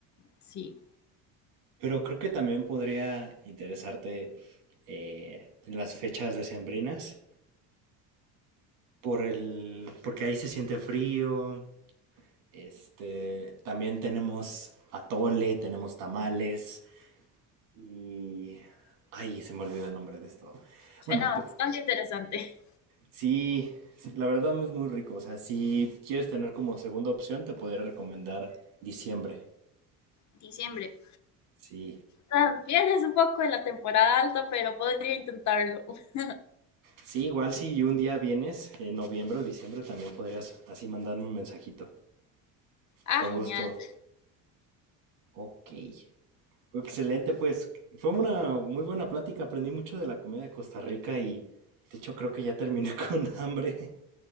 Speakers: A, on the left; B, on the right.
A: sí,
B: Pero creo que también podría interesarte eh, en las fechas decembrinas, por el, porque ahí se siente frío. Este, también tenemos atole, tenemos tamales y... Ay, se me olvida el nombre de esto.
A: suena
B: Bueno, p-
A: bastante interesante.
B: sí, sí, la verdad no es muy rico. O sea, si quieres tener como segunda opción, te podría recomendar diciembre.
A: diciembre.
B: Sí,
A: También es un poco de la temporada alta, pero podría intentarlo. <laughs>
B: Sí, igual si un día vienes, en noviembre o diciembre, también podrías así mandarme un mensajito.
A: Ah,
B: Con gusto.
A: genial.
B: Ok. Excelente, pues fue una muy buena plática. Aprendí mucho de la comida de Costa Rica y de hecho creo que ya terminé <laughs> con hambre.